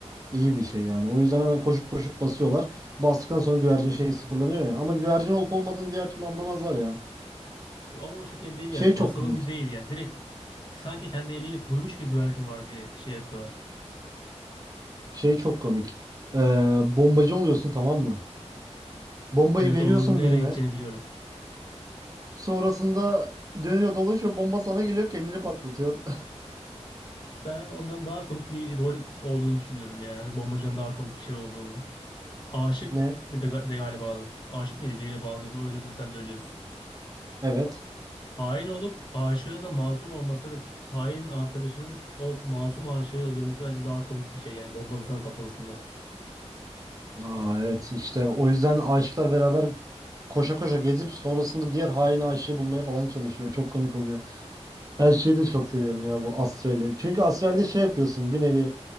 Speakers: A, on the right; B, on the left.
A: İyi bir şey yani. O yüzden hemen koşup koşup basıyorlar. Bastıktan sonra güvercin şey sıfırlanıyor ya. Ama güvercin olup olmadığını diğer türlü anlamazlar ya.
B: Ama o şekilde değil
A: Şey
B: yani.
A: çok
B: Basalım
A: komik.
B: değil yani. Direkt sanki kendi eliyle koymuş gibi güvercin var diye şey yapıyorlar.
A: Şey çok komik. Ee, bombacı oluyorsun tamam mı? Bombayı
B: Evet
A: veriyorsun
B: onun nereye
A: birine.
B: gideceğini biliyorum.
A: Sonrasında dönüyor dolaşıyor. Bomba sana geliyor kendini patlatıyor. <laughs>
B: Ben ondan daha komik bir rol olduğunu düşünüyorum ya. Bombacıdan daha komik bir şey olduğunu. Aşık
A: Ne?
B: bir de, de galiba. Aşık mıydı? Biriyle bağlanıyorsun. O ölürse sen de ölüyorsun.
A: Evet.
B: Hain olup aşığına masum olması ve hain arkadaşının o masum aşığı öldürmesi bence daha komik bir şey. Yani bombanın sana patlamasından.
A: Aa evet işte o yüzden aşıklar beraber koşa koşa gezip sonrasında diğer hain aşığı bulmaya falan çalışıyor. Çok komik oluyor. Ben şeyi de çok seviyorum ya bu Astral'i. Çünkü Astral'de şey yapıyorsun bir nevi